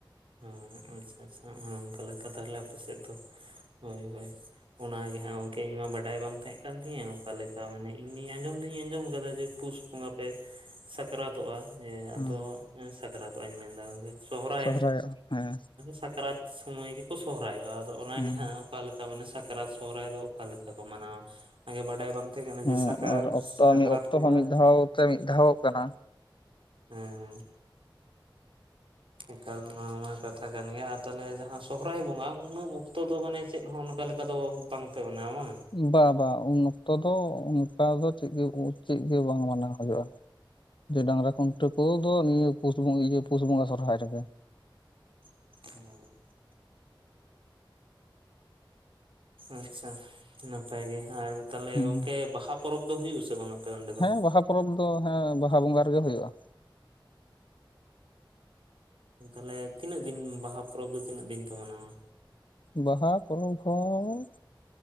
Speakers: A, on the right (about 85°); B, on the left (about 70°).
A: ᱚᱸ ᱟᱪᱪᱷᱟ ᱟᱪᱪᱷᱟ ᱱᱚᱜ ᱱᱚᱝᱠᱟ ᱞᱮᱠᱟ ᱛᱟᱦᱚᱞᱮ ᱟᱯᱮ ᱥᱮᱫ ᱫᱚ ᱦᱳᱭ ᱦᱳᱭ ᱚᱱᱟᱜᱮ ᱦᱟᱸᱜ ᱜᱚᱢᱠᱮ ᱤᱧ ᱢᱟ ᱵᱟᱰᱟᱭ ᱵᱟᱝ ᱛᱟᱦᱮᱸ ᱠᱟᱱ ᱛᱤᱧᱟᱹ ᱚᱠᱟ ᱞᱮᱠᱟ ᱢᱟᱱᱮ ᱤᱧᱤᱧ ᱟᱸᱡᱚᱢ ᱫᱩᱧ ᱟᱸᱡᱚᱢ ᱟᱠᱟᱫᱟ ᱡᱮ ᱯᱩᱥ ᱵᱚᱸᱜᱟ ᱯᱮ ᱥᱟᱠᱨᱟᱛ ᱛᱚᱜᱼᱟ ᱡᱮ ᱟᱫᱚ
B: ᱦᱮᱸ
A: ᱥᱟᱠᱨᱟᱛᱚᱜ ᱤᱧ ᱢᱮᱱᱫᱟ ᱜᱚᱢᱠᱮ ᱥᱚᱦᱚᱨᱟᱭ
B: ᱥᱚᱦᱨᱟᱭᱚᱜᱼᱟ ᱦᱮᱸ
A: ᱥᱟᱠᱨᱟᱛ ᱥᱚᱢᱚᱭ ᱜᱮᱠᱚ ᱥᱚᱦᱨᱟᱭᱚᱜᱼᱟ ᱟᱫᱚ ᱚᱱᱟᱜᱮ
B: ᱦᱮᱸ
A: ᱦᱟᱸᱜ ᱚᱠᱟ ᱞᱮᱠᱟ ᱢᱟᱱᱮ ᱥᱟᱠᱨᱟᱛ ᱥᱚᱦᱨᱟᱭ ᱫᱚ ᱚᱠᱟ ᱞᱮᱠᱟ ᱠᱚ ᱢᱟᱱᱟᱣᱟ ᱚᱱᱟᱜᱮ ᱵᱟᱰᱟᱭ ᱵᱟᱝ
B: ᱦᱮᱸ
A: <inaudible> ᱥᱟᱠᱟᱨᱛ
B: ᱟᱨ ᱚᱠᱛᱚ
A: ᱥᱟᱠᱟᱨᱛ
B: ᱢᱤᱫ ᱚᱠᱛᱚ
A: <inaudible>
B: ᱦᱚᱸ ᱢᱤᱫ ᱫᱷᱟᱣ ᱛᱮ ᱢᱤᱫ ᱫᱷᱟᱣᱚᱜ ᱠᱟᱱᱟ
A: ᱦᱮᱸ ᱦᱮᱸ ᱮᱠᱟᱞ ᱱᱚᱣᱟ ᱢᱟ ᱠᱟᱛᱷᱟ ᱠᱟᱱ ᱜᱮᱭᱟ ᱟᱨ ᱛᱟᱦᱚᱞᱮ ᱡᱟᱦᱟᱸ ᱥᱚᱦᱨᱟᱭ ᱵᱚᱸᱜᱟ ᱩᱱᱟᱹᱜ ᱚᱠᱛᱚ ᱫᱚ ᱢᱟᱱᱮ ᱪᱮᱫ ᱦᱚᱸ ᱚᱱᱠᱟ ᱚᱠᱟᱫᱚ ᱵᱟᱝᱯᱮ ᱢᱟᱱᱟᱣᱟ ᱵᱟᱝ
B: ᱵᱟ ᱵᱟ ᱩᱱ ᱚᱠᱛᱚ ᱫᱚ ᱚᱱᱠᱟ ᱫᱚ ᱪᱮᱫ ᱪᱮᱫᱜᱮ ᱵᱟᱝ ᱢᱟᱱᱟᱣ ᱦᱩᱭᱩᱜᱼᱟ ᱡᱮ ᱰᱟᱝᱨᱟ ᱠᱷᱩᱱᱴᱟᱹᱣ ᱠᱚᱫᱚ ᱱᱤᱭᱟᱹ ᱯᱩᱥ ᱵᱚᱸᱜᱟ ᱤᱭᱟᱹ ᱯᱩᱥ ᱵᱚᱸᱜᱟ ᱥᱚᱨᱦᱟᱭ ᱨᱮᱜᱮ
A: <unintelligible> ᱟᱪᱪᱷᱟ ᱱᱟᱯᱟᱭ ᱜᱮ ᱟᱨ ᱛᱟᱦᱞᱮ
B: ᱦᱮᱸ
A: ᱜᱚᱝᱠᱮ ᱵᱟᱦᱟ ᱯᱚᱨᱚᱵᱽ ᱫᱚ ᱦᱩᱭᱩᱜ ᱟᱥᱮ ᱵᱟᱝ ᱟᱯᱮ ᱚᱸᱰᱮ ᱫᱚ
B: ᱦᱮᱸ ᱵᱟᱦᱟ ᱯᱚᱨᱚᱵᱽ ᱫᱚ ᱦᱮᱸ ᱵᱟᱦᱟ ᱵᱚᱸᱜᱟ ᱨᱮᱜᱮ ᱦᱩᱭᱩᱜᱼᱟ
A: ᱚ ᱛᱟᱦᱚᱞᱮ ᱛᱤᱱᱟᱹᱜ ᱫᱤᱱ ᱵᱟᱦᱟ ᱯᱚᱨᱚᱵᱽ ᱫᱚ ᱛᱤᱱᱟᱹᱜ ᱫᱤᱱ ᱯᱮ ᱢᱟᱱᱟᱣᱟ
B: ᱵᱟᱦᱟ ᱯᱚᱨᱚᱵᱽ ᱦᱚᱸ